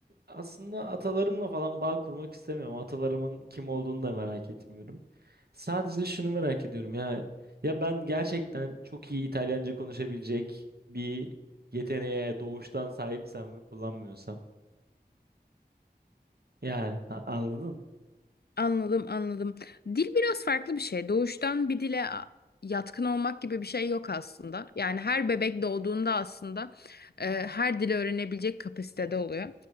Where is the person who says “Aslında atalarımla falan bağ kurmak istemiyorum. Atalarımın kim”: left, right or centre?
Right